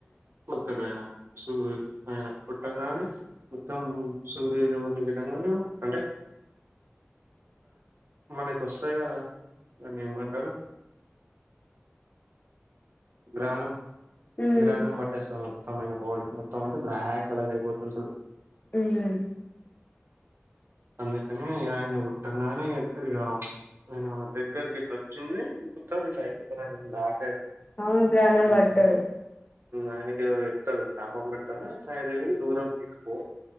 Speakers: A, on the right; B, on the left.
A: తాడు ఆయన సూ ఆయన కోటగానే ఉత్తమ సూర్యోదేవులు ఎవరు అంటే మనకు వస్తాయా గదా దాన్ని ఏమ్మంటారు గ్రహణం
B: ఉమ్
A: గ్రహణం బట్టేస్తా మొత్తమైన బాడీ మొత్తం బ్లాక్ కలర్ అయిపోతమ్ చుడు
B: ఉమ్
A: అందుకని ఇ ఆయన కుట్టగానే ఇ ఇక ఆయన దగ్గర గట్ వచ్చింది కుత్త చాయి కు బ్లాక్
B: అవును గ్రహణం బర్తడు
A: ఆయనకి ఏవో చెప్తడు శాపం పెట్టాడు దేవుని దూరం తీసుకు